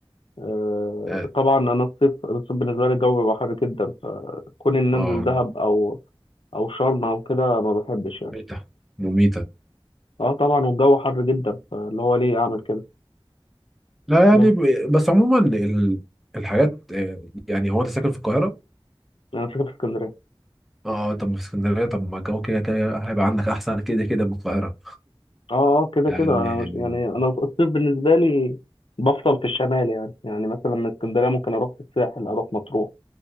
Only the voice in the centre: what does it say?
اه
آه.
مميتة مميتة
لا
يعني ب- بس عموما ال... الحاجات آه، يعني هو انت ساكن في القاهرة
اه طب ما في اسكندرية طب ما الجو كده كده هيبقى عندك احسن كده كده من القاهرة
يعني